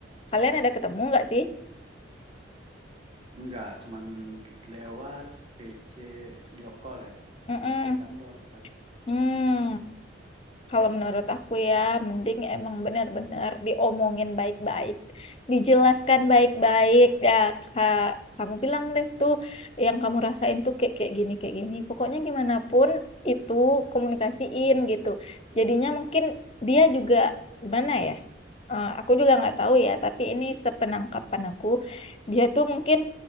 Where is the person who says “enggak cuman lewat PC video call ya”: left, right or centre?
Right